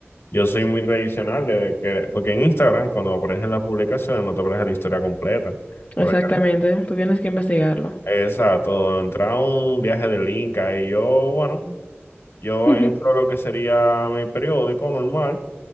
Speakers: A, on the left; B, on the left.
A: yo soy muy tradicional de que, porque en Instagram cuando aparecen las publicaciones no te aparece la historia completa.
B: Exactamente,
A: Por acá.
B: tú tienes que investigarlo.
A: Exacto, entra un viaje de link y yo, bueno, yo
B: <laughs>
A: entro a lo que sería mi periódico normal